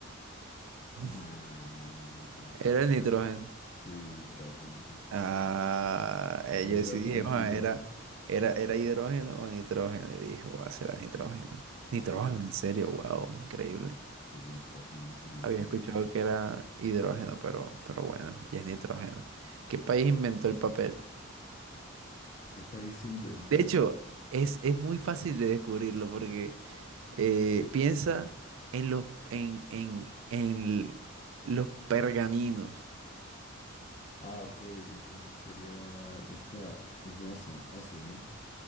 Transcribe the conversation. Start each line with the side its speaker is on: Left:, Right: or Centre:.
Right: <laughs>
Left: Nah, no, no, bro.
Right: Era
Left: Es,
Right: el nitrógeno.
Left: sí, el nitrógeno, justo.
Right: Ah, eh,
Left: Ahí
Right: yo decidí,
Left: era trampilla,
Right: "Ah, era,
Left: ¿eh?
Right: era, era hidrógeno o nitrógeno. Y dijo, va a ser nitrógeno. Nitrógeno,
Left: Sí,
Right: en serio, wow, increíble.
Left: sí, el nitrógeno es el más
Right: Había
Left: abundante.
Right: escuchado que era hidrógeno, pero, pero bueno, ya es nitrógeno. ¿Qué país inventó el papel?
Left: ¿Qué país inventó
Right: De
Left: el
Right: hecho,
Left: papel?
Right: es, es muy fácil de descubrirlo porque eh, piensa en los, en, en, en los pergaminos.
Left: Ah, ok, entonces sería esta, es de Asia, Asia, ¿no?